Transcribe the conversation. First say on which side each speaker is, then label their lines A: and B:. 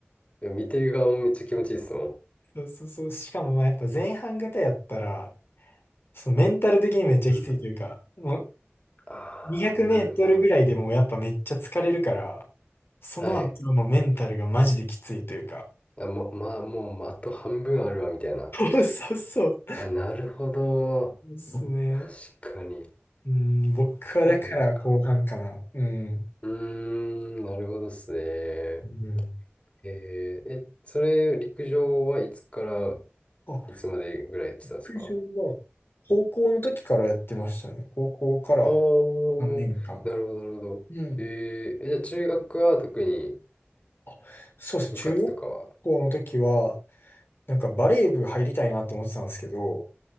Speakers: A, on the left; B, on the left.
A: 見てる側もめっちゃ気持ちいいですもん。
B: そうそうそう。しかもまあやっぱ前半型やったら、そのメンタル的にめっちゃきついというか、
A: うん。
B: もう
A: ああ、
B: 200メートルぐらいでもうやっぱめっちゃ疲れるから、
A: なるほど。
B: その後のメンタルがマジできついというか。
A: はい。あ、もう、まあ、もう、あと半分あるわ、みたいな。
B: <laughs> そうそうそう。
A: あ、なるほど。
B: ですね。
A: 確かに。
B: うん、僕はだから後半かな。
A: 400か。
B: うん。
A: うーん、なるほどですね。
B: うん。
A: えーえ、それ、陸上はいつから
B: あ、
A: いつまでぐらいやってたんですか
B: 陸上は高校の時からやってましたね。高校から
A: ああー、
B: 3年間。
A: なるほど、なるほど。
B: うん。
A: えーえ、じゃあ中学は特に
B: あ、そうですね。
A: 部活とかは
B: 中学校の時は、なんかバレー部入りたいなって思ってたんですけど、